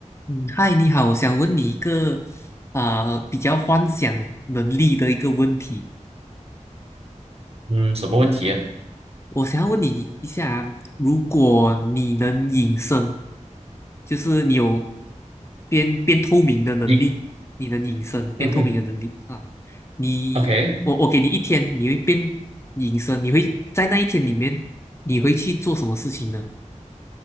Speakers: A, on the left; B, on the right.
A: 嗯，嗨，你好，我想问你一个啊、呃比较幻想能力的一个问题。
B: 嗯，什么问题？
A: 我想要问你一下啊如果你能隐身，就是你有变变透明的能力，
B: 一，
A: 你能隐身变透明的能力啊，
B: 嗯哼
A: 你我我给你一天，
B: ，OK，
A: 你会变隐身，你会在那一天里面，你会去做什么事情呢？